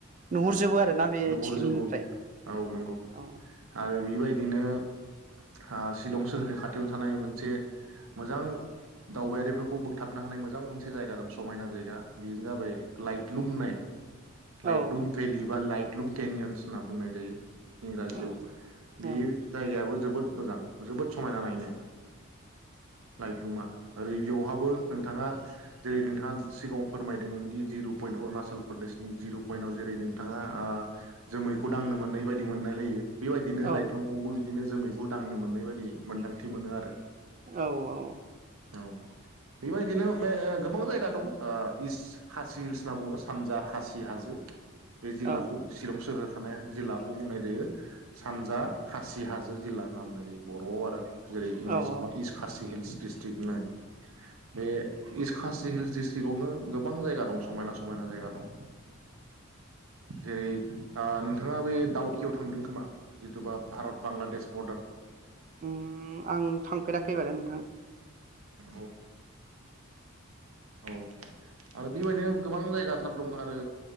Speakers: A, on the right (about 35°); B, on the right (about 75°).
A: नुहुरजोबो
B: औ
A: आरोना बे
B: नुहरजोबो
A: थिखिनिनिफ्राय
B: औ नंगौ
A: औ
B: आरो बेबायदिनो ओ शिलं सोहोरनि खाथियावनो थानाय मोनसे मोजां दावबायारिफोरखौ खौ बोगथाबनो हानाय मोजां मोनसे जायगा दं समायना जायगा बेनो जाबाय लाइट लुम होननाय लाइट
A: औ
B: लुम भेलि बा लाइट लुम केनियन्स होनना बुंनाय जायो इंराजियाव
A: औ
B: बे
A: औ
B: जायगायाबो जोबोद मोजां जोबोद समायना नायनो लाइथलुमा ओरै बेयावहा बो नोंथाङा जेरै नोंथाङा सिगाङाव फोरमायदोंमोनदि जिर' पइन्ट अरुणाचल प्रदेशनि जिर' पइन्टाव जेरै नोंथाङा ओ जोमैखौ दांनो मोननाय बायदि मोनलायलायो बेबायदिनो
A: औ
B: लाइथुमआवबो बिदिनो जोमैखौ दांनो मोननाय बायदि मोन्दांथि मोनो आरो
A: औ औ
B: औ बेबायदिनो गोबां जायगा ओ दं इस्ट खासि हिल्स होनना बुङो सानजा खासि हाजो बे जिल्लाखौ
A: औ
B: शिलं सोहोर <unintelligible> जिल्लाबो बुंनाय जायो सानजा खासि हाजो जिल्ला होनना बुंनाय जायो बर'आव आरो जेरै
A: औ
B: इंलिसावहाय इस्स खासि हिल्स दिस्ट्रिक नाय बे खासि हिल्स डिस्ट्रिक्आवनो गोबां जायगा दं समायना समायना जायगा दं जेरै नोंथाङा बे दावकियाव थांदों खोमा जिथुबा भारत बांलादेश बरदार
A: उम आं थांफेराखै मार नोंथां
B: औ औ आरो बेबायदिनो गोबां जायगाथार दं आरो